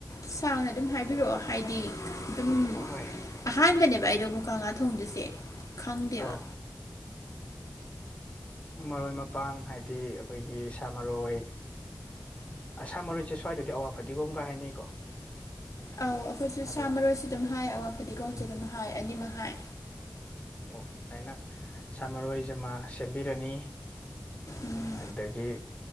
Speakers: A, on the left; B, on the left.
A: ꯁꯥꯡꯅ ꯑꯗꯨꯝ ꯍꯥꯏꯕꯤꯔꯛꯑꯣ ꯍꯥꯏꯗꯤ ꯑꯗꯨꯝ
B: ꯍꯣꯏ
A: ꯑꯍꯥꯟꯕꯅꯦꯕ ꯑꯩꯗꯣ ꯃꯨꯀꯥ ꯉꯥ ꯊꯣꯡꯗꯏꯁꯦ ꯈꯪꯗꯦꯕ
B: ꯑꯧ ꯃꯔꯣꯏ ꯃꯄꯥꯡ ꯍꯥꯏꯕꯗꯤ ꯑꯈꯣꯏꯒꯤ ꯁꯥ ꯃꯔꯣꯏ ꯁꯥ ꯃꯔꯣꯏꯁꯦ ꯁ꯭ꯋꯥꯏꯗꯗꯤ ꯑꯋꯥ ꯐꯗꯤꯒꯣꯝꯒ ꯍꯥꯏꯅꯩꯀꯣ
A: ꯑꯧ ꯑꯈꯣꯏꯁꯨ
B: ꯑꯗꯣ
A: ꯁꯥ ꯃꯔꯣꯏꯁꯨ ꯑꯗꯨꯝ ꯍꯥꯏ ꯑꯋꯥ ꯐꯗꯤꯒꯣꯝꯁꯨ ꯑꯗꯨꯝ ꯍꯥꯏ ꯑꯅꯤꯃꯛ ꯍꯥꯏ
B: ꯑꯣ ꯑꯗꯨꯃꯥꯏꯅ ꯁꯥꯃꯔꯣꯏꯁꯤꯃ ꯁꯦꯝꯕꯤꯔꯅꯤ
A: ꯎꯝ
B: ꯑꯗꯒꯤ